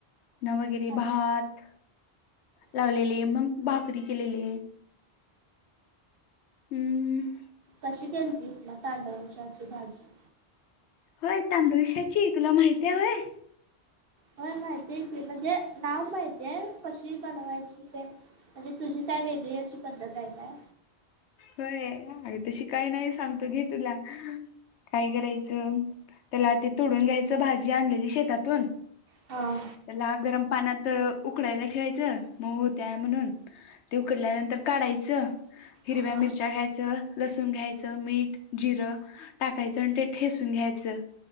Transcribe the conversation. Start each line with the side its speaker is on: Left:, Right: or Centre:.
Left: ना वगैरे
Right: हा
Left: भात लावलेले
Right: हा.
Left: मग भाकरी केलेले. हम्
Right: कशी केलतीस ना तांदळश्या ची भाजी?
Left: होय तांदुळशाची तुला माहिती आहे वय?
Right: होय माहितीय आहे कि, म्हणजे नाव माहितीय कशी बनवायची ते म्हंजे तुझी काय वेगळी अशी पद्धत आहे का?
Left: होय अगं तशी काही नाही सांगतो कि तुला. काय करायचं त्याला आति तुडून घ्यायचं भाजी आणलेली शेतातून
Right: हां
Left: त्याला गरम पाण्यात उकडायला ठेवायचं मऊ होत्याय म्हणून ते उकडल्यानंतर काढायचं हिरव्या
Right: हा
Left: मिरच्या घ्यायचं, लसूण घ्यायचं, मीठ, जिरं टाकायचं आणि ते ठेसून घ्यायचं.